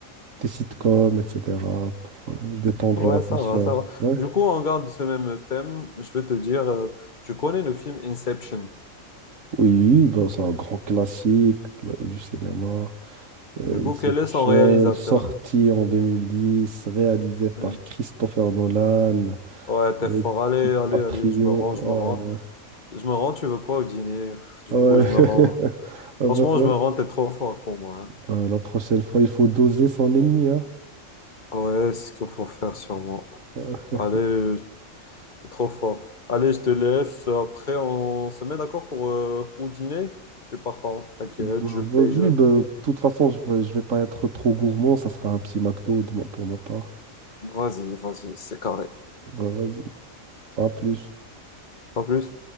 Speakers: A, on the right; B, on the left.
A: des sitcoms, etc., pour euh, détendre
B: ouais,
A: l'atmosphère.
B: ça va, ça va.
A: Ouais.
B: Du coup, on garde ce même thème. Je vais te dire, euh, tu connais le film Inception.
A: Oui, ben, c'est un grand classique de la- du cinéma. Euh,
B: Du coup,
A: Inception,
B: quel est son réalisateur?
A: sorti en 2010, réalisé par
B: Euh,
A: Christopher Nolan,
B: ouais, t'es
A: avec
B: fort. Allez,
A: DiCaprio.
B: allez, allez, je me rends, je me rends. Je me rends, tu veux quoi au dîner? Du
A: euh,
B: coup, je me
A: ouais.
B: rends.
A: <laughs> Ah
B: Franchement,
A: bah ouais.
B: je me rends, t'es trop fort pour moi.
A: Bah, la prochaine fois, il faut doser son ennemi, hein.
B: hein. Ouais, c'est ce qu'il faut faire sûrement.
A: Euh,
B: Allez, C'est trop fort. Allez, je te laisse. Après, on se met d'accord pour euh, au dîner. Je suis partant. T'inquiète,
A: bah,
B: je paye,
A: vas-y,
B: je...
A: bah, de toute façon, je vais, je vais pas être trop gourmand, ça sera un petit McDo de ma- pour ma part.
B: Vas-y, vas-y, c'est carré.
A: Bah, vas-y, à plus.
B: Pas plus.